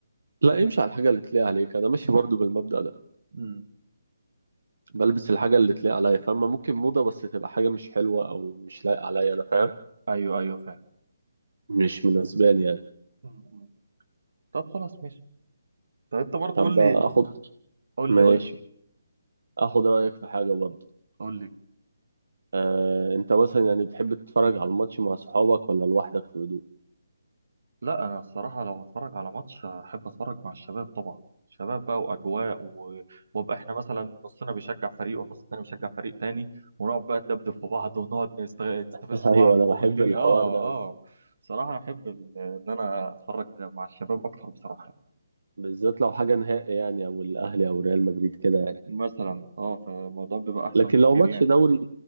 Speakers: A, on the right (about 70°); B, on the right (about 50°).
A: لا امشي على الحاجة اللي تليق عليك انا ماشي برضو بالمبدأ ده
B: امم
A: بلبس الحاجة اللي تليق عليا فاهمة ممكن موضة بس تبقى حاجة مش حلوة او مش لايقة عليا انا فاهم
B: ايوه ايوه فاهم
A: مش مناسباني يعني
B: م- م. طب خلاص ماشي طب انت برضو
A: طب
B: قول لي
A: اخد
B: قول
A: ماشي
B: لي قول لي
A: اخد رايك في حاجه برضه
B: قول لي
A: آه، انت مثلا يعني بتحب تتفرج على الماتش مع صحابك ولا لوحدك في هدوء
B: لا انا الصراحه لو هتفرج على ماتش احب اتفرج مع الشباب طبعا شباب بقى واجواء و... وابقى احنا مثلا نصنا بيشجع فريق والنص التاني بيشجع فريق تاني ونقعد بقى ندبدب في بعض ونقعد نست... نستفز
A: <laughs>
B: بعض
A: ايوه انا بحب
B: <laughs> والدنيا
A: الحوار
B: اه
A: ده أوي.
B: اه بصراحه احب ال- ان انا اتفرج مع الشباب اكتر بصراحه
A: بالذات لو حاجه نهائي يعني او الاهلي او ريال مدريد كده يعني
B: مثلا اه فالموضوع بيبقى احسن
A: لكن
B: بكتير
A: لو ماتش
B: يعني
A: دوري